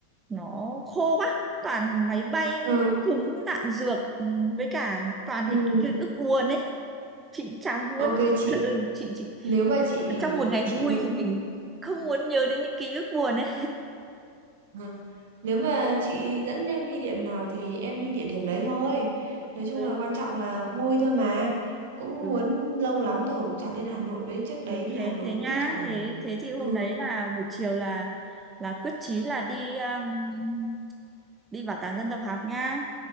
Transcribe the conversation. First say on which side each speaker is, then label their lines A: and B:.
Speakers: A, on the right (about 15°); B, on the right (about 55°).
A: nó khô quá toàn máy bay
B: Ừ.
A: súng đạn dược ừ, với cả toàn
B: Ừ.
A: những ký ức buồn ấy chị chẳng muốn
B: ok
A: <laughs>
B: chị
A: ừ, chị chị
B: nếu mà chị
A: trong một ngày vui
B: chị muốn
A: thì mình không muốn nhớ đến những ký ức buồn ấy
B: Ừ. nếu mà chị dẫn em đi điểm nào thì em đi địa điểm đấy thôi nói chung
A: Ừ.
B: là quan trọng là vui thôi mà cũng
A: ừ.
B: muốn lâu lắm rồi cũng chẳng lên Hà Nội với trước
A: Ừ,
B: đấy thì Hà
A: thế
B: Nội
A: thế nhá
B: cũng chẳng
A: thế thế thì hôm
B: ừ.
A: đấy là buổi chiều là là quyết chí là đi um, đi bảo tàng dân tộc học nhá